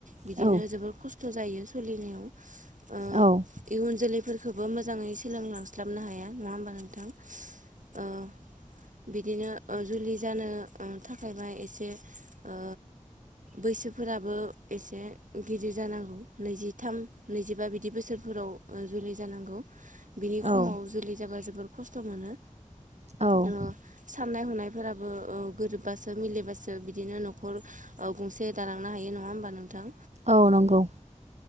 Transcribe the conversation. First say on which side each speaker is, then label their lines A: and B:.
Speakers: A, on the right (about 80°); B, on the right (about 60°).
A: बिदिनो
B: औ
A: जोबोर खस्थ खस्थ जायो सोलिनायाव। ओ
B: औ
A: इउन जोलै फोरखोबो मोजाङै सोलोंलांस्लाबनो हाया नङा होमबा नोंथां ओ बिदिनो ओ जुलि जानो ओ थाखायबा एसे ओ बैसोफोराबो एसे गिदिर जानांगौ नैजिथाम नैजिबा बिदि बैसोरफोराव जुलि जानांगौ। बिनि
B: औ
A: खमाव जुलि जाबा जों जोबोर खस्थमोनो
B: औ
A: ओ साननाय हनाय फोराबो ओ गोरोबबासो मिलायबासो बिदिनो नखर गंसे दालांनो हायो नङा होमबा नोंथां?
B: औ नंगौ।